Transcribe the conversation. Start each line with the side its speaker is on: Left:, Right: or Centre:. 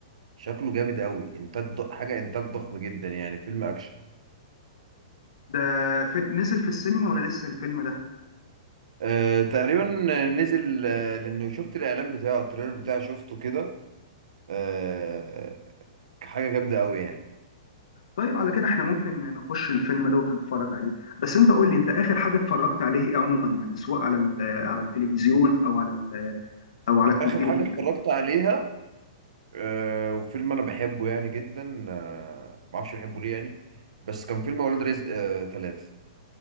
Right: شكله جامد قوي انتاج ض... حاجة انتاج ضخم جدا يعني فيلم اكشن
Left: ده في... نزل في السينما ولا لسه الفيلم ده
Right: أه تقريبا نزل آه، لانه شفت الاعلان بتاعه التريلر بتاعه شفته كده أه حاجة جامدة قوي يعني
Left: طيب على كده احنا ممكن نخش الفيلم ده ونتفرج عليه بس انت قول لي انت اخر حاجه اتفرجت عليه ايه عموما يعني سواء على ال... على التلفزيون او على ال... او على الكمبيوتر
Right: اخر حاجة اتفرجت
Left: يعني
Right: عليها آه وفيلم انا بحبه يعني جدا آه ما اعرفش بحبه ليه يعني بس كان فيلم اولاد رزق آه ثلاثة